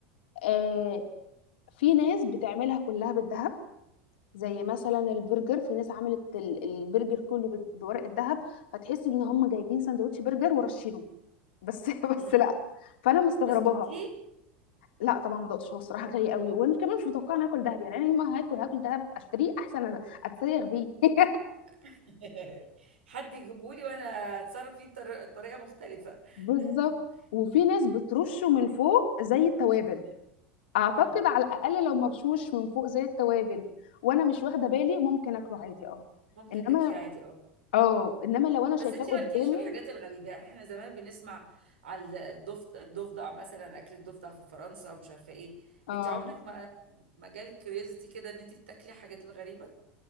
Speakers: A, on the left; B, on the right.
A: آه في ناس بتعملها كلها بالذهب زي مثلا البرجر في ناس عملت ال- البرجر كله ب- بورق الذهب فتحسي ان هم جايبين سندوتش برجر ورشينه بس <laughs> بس
B: مم.
A: لا فانا مستغرباها
B: بس دوتي
A: لا طبعا ما دقتش هو الصراحه غالي قوي وانا كمان مش متوقعه ان اكل دهب يعني انا يوم ما هاكل هاكل دهب اشتريه احسن اتسيغ بيه <laughs>
B: <laughs> حد يجيبهولي وانا اتصرف فيه بطر- بطريقه مختلفه
A: بالظبط
B: <laughs>
A: وفي ناس بترشه من فوق زي التوابل اعتقد
B: مم.
A: على الاقل لو مرشوش من فوق زي التوابل وانا مش واخده بالي ممكن اكله عادي اه
B: ممكن
A: انما
B: تاكليه عادي اه
A: اه انما لو انا
B: بس
A: شايفاه
B: انتي
A: قدامي
B: مالكيش في الحاجات الغريبه يعني احنا زمان بنسمع على الضفدع الضفدع مثلا اكل الضفدع في فرنسا ومش عارفه ايه
A: اه
B: انتي عمرك ما ما جالك كريزتي كده ان انتي تاكلي الحاجات الغريبه